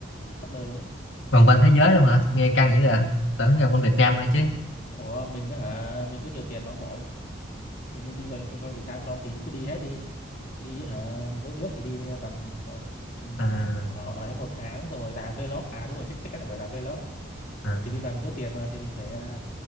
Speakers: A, on the left; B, on the left.
A: khắp nơi luôn ấy
B: vòng quanh thế giới luôn hả nghe căng dữ à tưởng vòng quanh Việt Nam thôi chứ
A: ủa mình á hả mình có nhiều tiền mà ông nội tự nhiên đi quanh quanh quanh Việt Nam không thì cứ đi hết đi đi hả mỗi nước thì đi tầm ừ,
B: à,
A: ở ở đến một tháng xong rồi làm vlog à đúng rồi chắc chắc chắn là phải làm vlog
B: à,
A: thì bây giờ mình có tiền mà thì mình phải ờ,